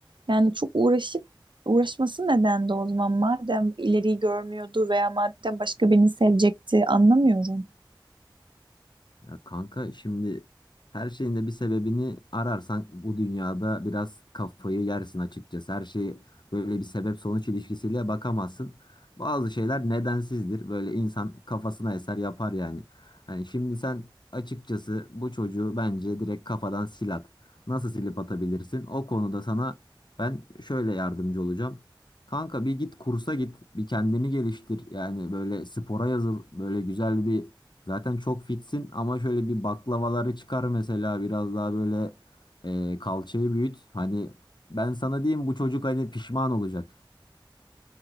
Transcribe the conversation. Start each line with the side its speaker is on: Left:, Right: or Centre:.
Right: Yani çok uğraşıp uğraşması neden de o zaman madem ileriyi görmüyordu veya madem başka birini sevecekti anlamıyorum.
Left: Ya kanka şimdi her şeyin de bir sebebini ararsan bu dünyada biraz kafayı yersin açıkçası. Her şeyi böyle bir sebep sonuç ilişkisiyle bakamazsın. Bazı şeyler nedensizdir. Böyle insan kafasına eser yapar yani. Hani şimdi sen açıkçası bu çocuğu bence direkt kafadan sil at. Nasıl silip atabilirsin? O konuda sana ben şöyle yardımcı olacağım. Kanka bir git kursa git, bir kendini geliştir. Yani böyle spora yazıl, böyle güzel bir Zaten çok fitsin ama şöyle bir baklavaları çıkar mesela biraz daha böyle e, kalçayı büyüt. Hani ben sana diyeyim bu çocuk hani pişman olacak.